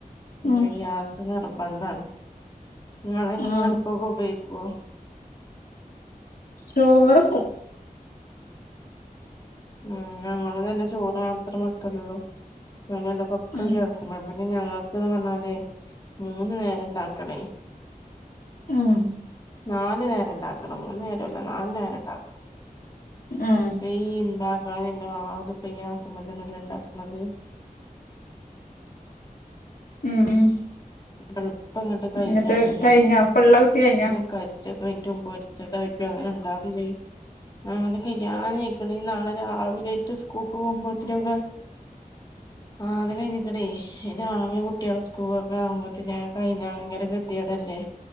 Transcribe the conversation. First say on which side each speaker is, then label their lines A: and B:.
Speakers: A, on the left; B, on the left.
A: മ്മെ,
B: ഉം
A: ഗ്യാസ് നിർബന്ധാണ്. ങ്ങളെ, ങ്ങനാ
B: ആഹ്
A: അട്‌പ്പൊക്കെ, ഉപയോഗിക്കോ?
B: ചോറെക്കും.
A: ഉം, ഞങ്ങളും തന്നെ ചോറ് മാത്രം വക്കലൊള്ളൂ. പിന്നെല്ല തൊക്ക
B: ഉം
A: ഗ്യാസ്മ ലാ... ന്നെ, ഞങ്ങക്ക്ന്ന് പർഞ്ഞാലെ. മൂന്ന് നേരണ്ടാക്കണേ.
B: ഉം.
A: നാലു, നേരണ്ടാക്കണം. മൂന്നു നേരോല്ല. നാലു, നേരണ്ടാക്കണം.
B: ഉം
A: പൈൻ. ണ്ടാക്കാനല്ലാതുപ്പ ഈ, ഗ്യാസ്മ്മത്തന്ന ല്ലേ, ണ്ടാക്ക്ണത്.
B: ഉം.
A: എളുപ്പംങ്ങട്ട് കൈയ്യാണ്
B: എന്നിട്ട്
A: ഗ്യാസ്.
B: കഴിഞ്ഞോ ഇപ്പള്ള കുട്ടി കഴിഞ്ഞോ
A: ണ്ട്, കര്. ച്ചതായിട്ടും, പൊര്ച്ചതായിട്ടും, അങ്ങനെ ണ്ടാക്കും ചെയ്യും. ആഹ്, അത്, കയ്യാനയ്ക്ക്ണ്. ഇഞ് നാളെ രാവിലെറ്റെ, സ്കൂക്കോ വുമ്പൊത്തിനൊക്കെ. ആഹ്, ത്, കഴിഞ്ക്ക്ണെ. <unintelligible> കുട്ട്യാളും സ്കൂൾ. മ്പോത്തിന്, അഹ്, കഴിഞ്ഞ ഭയങ്കര കെ തിയേടല്ലേ?